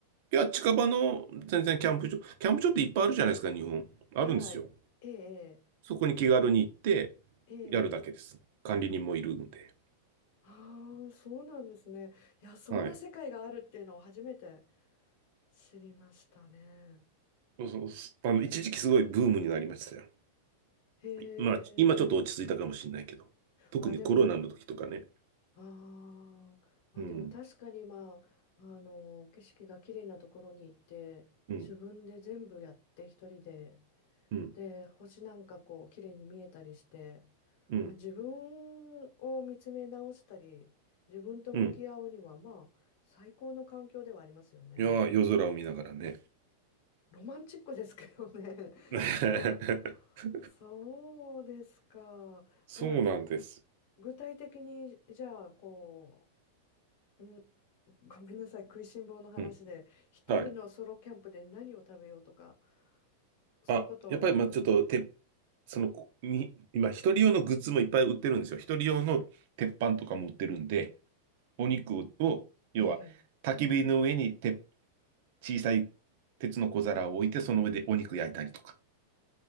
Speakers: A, on the right; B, on the left.
A: いや、近場の全然キャンプ場、キャンプ場っていっぱいあるじゃないですか、日本。
B: はい。
A: あるんですよ。
B: ええ、
A: そこに気軽に行って、
B: ええ。
A: やるだけです。
B: ええ
A: 管理人もいるんで。
B: ああ、そうなんですね。いや、そんな世界があるっていうのを初めて
A: はい。
B: 知りましたね。
A: そうそう。あの、一時期すごいブームになりましたよ。
B: へえ。
A: まあ、今ちょっと落ち着いたかもしれないけど、特にコロナの時とかね。
B: まあでも、ああ、まあでも確かにまあ、
A: うん、
B: あの、景色が綺麗なところに行って、
A: うん、
B: 自分で全部やって一人で、
A: うん、
B: で、星なんかこう綺麗に見えたりして、
A: うん、
B: まあ自分を見つめ直したり、自分と向き合うにはまあ、
A: うん。
B: 最高の環境ではありますよね。
A: いやー、夜空を見ながらね。
B: ロマンチックですけどね。
A: <laughs>
B: <laughs> まあ、そうですか。
A: そうなんです。
B: いや、具体的にじゃあこううんごめんなさい、食いしん坊の話で、
A: うん。
B: 一人のソロキャンプで何を食べようとか、
A: はい。
B: そういうことをも
A: あ、やっぱり、まあ、ちょっと、て、その、こに、今、一人用のグッズもいっぱい売ってるんですよ。一人用の鉄板とかも売ってるんで、お肉を、要は、
B: う、ええ、
A: 焚き火の上にて、小さい鉄の小皿を置いて、その上でお肉焼いたりとか。